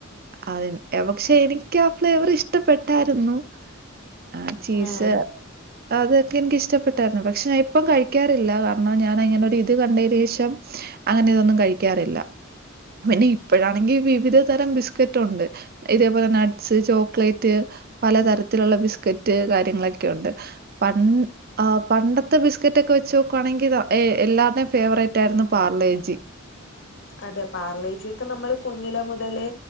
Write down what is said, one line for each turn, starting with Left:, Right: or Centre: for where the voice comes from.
Right: അത് പക്ഷെ എനിക്ക് ആ ഫ്ലേവർ ഇഷ്ടപ്പെട്ടായിരുന്നു ആഹ് ചീസ്
Left: ആഹ്
Right: അതൊക്കെ എനിക്കിഷ്ടപ്പെട്ടായിരുന്നു പക്ഷെ ഞാൻ ഇപ്പം കഴിക്കാറില്ല കാരണം ഞാനങ്ങനെ ഒരു ഇത് കണ്ടതിന് ശേഷം അങ്ങനെ ഇതൊന്നും കഴിക്കാറില്ല പിന്നെ ഇപ്പഴാണെങ്കിൽ വിവിധ തരം ബിസ് ബിസ്കറ്റ് ഉണ്ട് ഇതേപോലെ നട്ട്സ് ചോക്ലേറ്റ് പലതരത്തിലുള്ള ബിസ്ക്കറ്റ് കാര്യങ്ങളൊക്കെ ഉണ്ട് പ പണ്ടത്തെ ബിസ്ക്കറ്റൊക്കെ വെച്ച് നോക്കുവാണെങ്കിൽ എല്ലാരുടെയും ഫേവറേറ്റ് ആയിരുന്നു പാർലേജി
Left: അതെ പാർലേജിയൊക്കെ നമ്മള് കുഞ്ഞില മുതലേ